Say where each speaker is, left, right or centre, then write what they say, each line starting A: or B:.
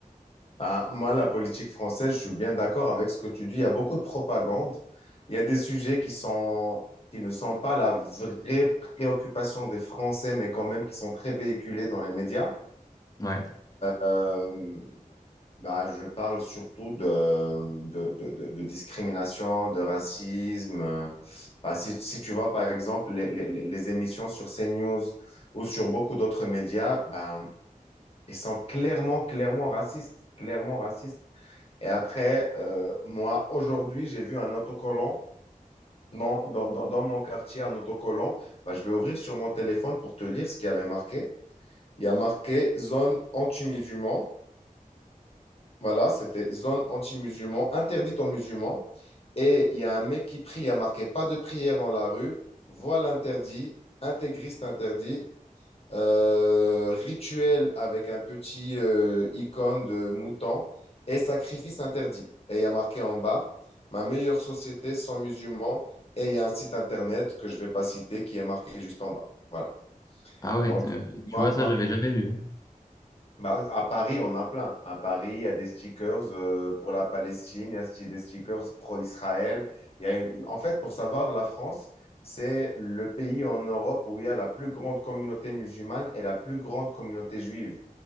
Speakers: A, on the left; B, on the left.
A: bah, moi, la politique française, je suis bien d'accord avec ce que tu dis. Il y a beaucoup de propagande. Il y a des sujets qui sont, qui ne sont pas la vraie préoccupation des Français, mais quand même qui sont très véhiculés dans les médias.
B: Ouais.
A: Euh, bah, je parle surtout de, de, de, de- de discrimination, de racisme. Euh, bah, si, si tu vois, par exemple, les, les, les émissions sur CNews ou sur beaucoup d'autres médias, bah, Ils sont clairement, clairement racistes. Clairement racistes. Et après, euh, moi, aujourd'hui, j'ai vu un autocollant dans, dans, dans- dans mon quartier, un autocollant. Bah, je vais ouvrir sur mon téléphone pour te lire ce qu'il y avait marqué. Il y a marqué zone anti-musulman. Voilà, c'était zone anti-musulman, interdite aux musulmans. Et il y a un mec qui prie, il y a marqué pas de prière dans la rue, voile interdit, intégriste interdit, Euh, rituel avec un petit euh, icône de mouton et sacrifice interdit. Et il y a marqué en bas, ma meilleure société sans musulmans. Et il y a un site internet que je vais pas citer qui est marqué juste en bas. Voilà.
B: Ah ouais,
A: Donc,
B: t- euh,
A: moi,
B: tu vois,
A: moi-
B: ça, j'avais jamais vu.
A: bah, à Paris, on a plein. À Paris, il y a des stickers euh, pour la Palestine, il y a sti- des stickers pro-Israël. Il y a- En fait, pour savoir, la France, c'est le pays en Europe où il y a la plus grande communauté musulmane et la plus grande communauté juive